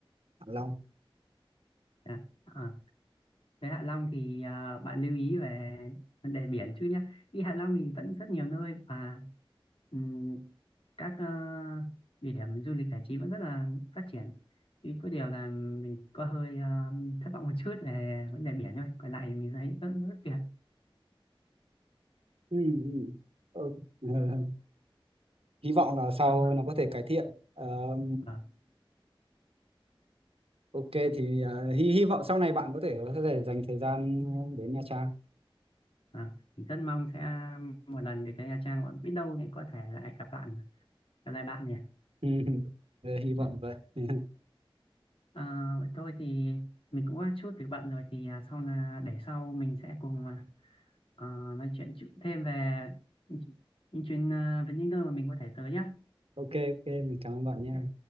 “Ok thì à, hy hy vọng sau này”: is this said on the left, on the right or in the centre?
Right